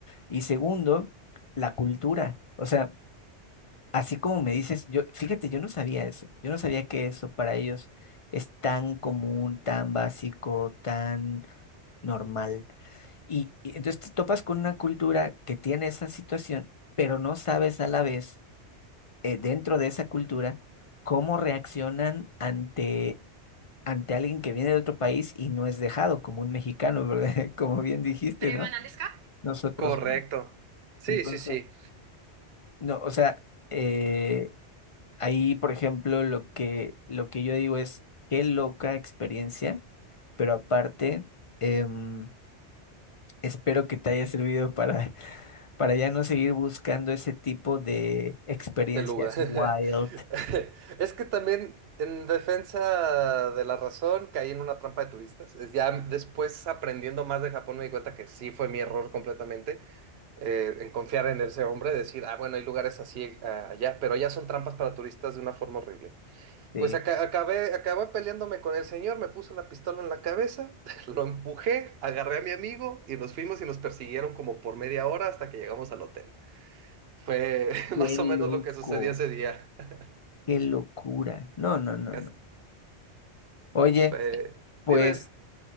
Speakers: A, on the left (about 45°); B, on the right (about 65°).
A: Y segundo, la cultura. O sea, Así como me dices, yo, fíjate, yo no sabía eso. Yo no sabía que eso para ellos es tan común, tan básico, tan normal. Y, y entonces te topas con una cultura que tiene esa situación, pero no sabes a la vez, eh, dentro de esa cultura, cómo reaccionan ante, ante alguien que viene de otro país y no es dejado, como un mexicano, ¿verdad? <laughs> Como bien dijiste,
B: ¿Prevan
A: ¿no?
B: deska?
A: Nosotros,
B: Correcto.
A: ¿no?
B: Sí,
A: Entonces,
B: sí, sí,
A: no, o sea, eh, Ahí, por ejemplo, lo que, lo que yo digo es, qué loca experiencia, pero aparte, em, espero que te haya servido para, <laughs> para ya no seguir buscando ese tipo de experiencias
B: de Luga.
A: wild,
B: <laughs> Es que también en defensa de la razón caí en una trampa de turistas. Es Ya después aprendiendo más de Japón me di cuenta que sí fue mi error completamente. eh, en confiar en ese hombre, decir, ah, bueno, hay lugares así ah, allá, pero allá son trampas para turistas de una forma horrible.
A: de
B: Pues aca- acabé, acabé peleándome con el señor, me puso la pistola en la cabeza, <laughs> lo empujé, agarré a mi amigo y nos fuimos y nos persiguieron como por media hora hasta que llegamos al hotel. Fue <laughs>
A: qué
B: más o menos
A: loco,
B: lo que sucedió ese día. <laughs>
A: qué locura. No, no, no,
B: Casi-
A: no. Oye,
B: fue-
A: pues...
B: Dime.